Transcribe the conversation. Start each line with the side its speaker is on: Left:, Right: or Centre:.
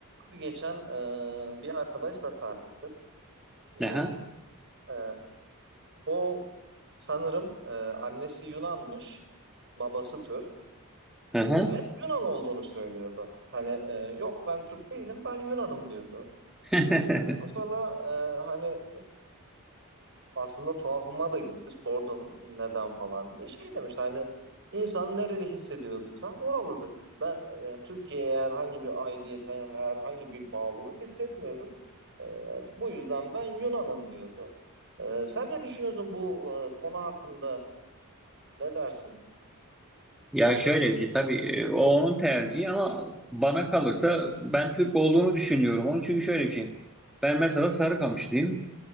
Right: Abi geçen e, bir arkadaşla tartıştık. Yani
Centre: Aha,
Right: e, o sanırım e, annesi Yunanmış, babası Türk
Centre: aha.
Right: E, ve Yunan olduğunu söylüyordu. Hani e, yok ben Türk değilim, ben Yunanım diyordu.
Centre: <laughs>
Right: Sonra e, hani aslında tuhafıma da gitti. Sordum neden falan diye. Şey demiş hani insan nereli hissediyorsa oralıdır. Ben e, Türkiye'ye herhangi bir aidiyete, herhangi bir bağlılık hissetmiyorum. E, bu yüzden ben Yunan'ım diyordu. E, sen ne düşünüyorsun bu e, konu hakkında? Ne dersin?
Centre: Ya şöyle bir şey tabii e, o onun tercihi ama bana kalırsa ben Türk olduğunu düşünüyorum onun çünkü şöyle bir şey. Ben mesela Sarıkamışlıyım.